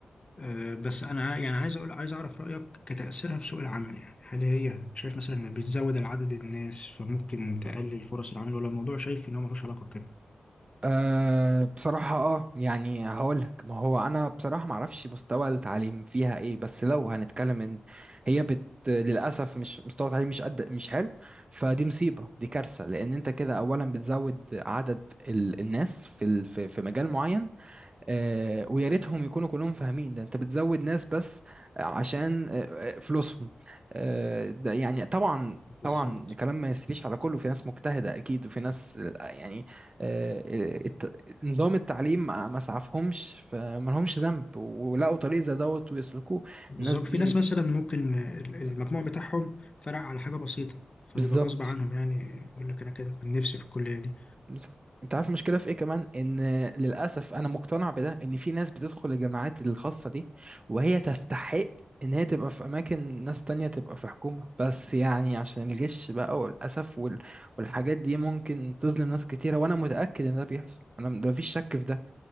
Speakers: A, on the left; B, on the right.
A: آه، بس انا ع- يعني عايز اقول عايز اعرف رايك كتاثيرها في سوق العمل يعني هل هي شايف مثلا ان بتزود العدد الناس فممكن تقلل فرص العمل ولا الموضوع شايف ان هو ملوش علاقه بكده
B: أه بصراحة اه يعني هقولك ما هو أنا بصراحة معرفش مستوى التعليم فيها ايه بس لو هنتكلم ان هي بت للأسف مش مستوى التعليم مش قد مش حلو فدي مصيبة دي كارثة لأن انت كده أولا بتزود عدد ال... الناس في ال... في في مجال معين آه، ويا ريتهم يكونوا كلهم فاهمين ده انت بتزود ناس بس عشان آه، آه، فلوسهم آه، ده يعني طبعا
A: بالظبط
B: طبعا الكلام ما يسريش على كله في ناس مجتهدة أكيد وفي ناس آه، يعني آه، آه، الت- نظام التعليم ما ما سعفهمش فما لهمش ذنب ولقوا طريق زي دوت ويسلكوه
A: بالظبط
B: الناس دي
A: في ناس مثلا ممكن ال- المجموع
B: آه،
A: بتاعهم فرق على حاجه بسيطه فبيبقى
B: بالظبط
A: غصب عنهم يعني يقول لك انا كان كنت نفسي في الكليه دي
B: بالظبط انت عارف المشكله في ايه كمان ان للاسف انا مقتنع بده ان في ناس بتدخل الجامعات الخاصه دي وهي تستحق ان هي تبقى في اماكن ناس تانية تبقى في حكومه بس يعني عشان الجيش بقى والاسف وال... والحاجات دي ممكن تظلم ناس كتيره وانا متاكد ان ده بيحصل انا م- ده مفيش شك في ده